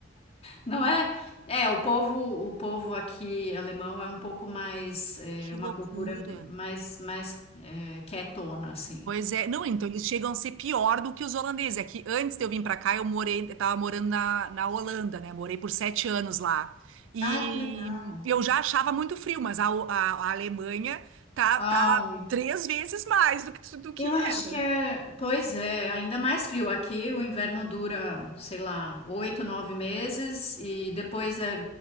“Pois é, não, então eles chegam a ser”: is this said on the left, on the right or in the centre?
Right